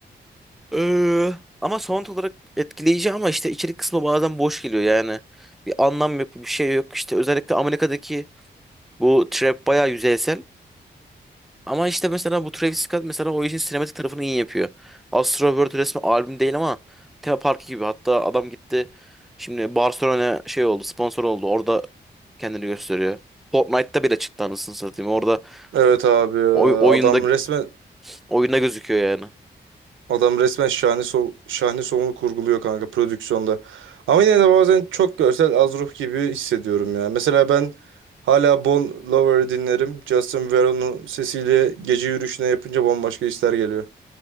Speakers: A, in the centre; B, on the right.
A: Ee, ama sound olarak etkileyici ama işte içerik kısmı bazen boş geliyor yani. Bir anlam yok bir şey yok. İşte özellikle Amerika'daki bu trap bayağı yüzeysel. Ama işte mesela bu Travis Scott mesela o işin sinematik tarafını iyi yapıyor. Astro World resmi albüm değil ama tema parkı gibi. Hatta adam gitti şimdi Barcelona şey oldu sponsor oldu. Orada kendini gösteriyor. Fortnite'ta bile çıktı anasını satayım. Orada
B: Evet abi ya.
A: oy- oyunda
B: adam resmen
A: oyunda gözüküyor yani.
B: Adam resmen şahane so şahane sonunu kurguluyor kanka prodüksiyonda. Ama yine de bazen çok görsel az ruh gibi hissediyorum ya. Mesela ben hala Bon Lover'ı dinlerim. Justin Veron'un sesiyle gece yürüyüşüne yapınca bambaşka hisler geliyor.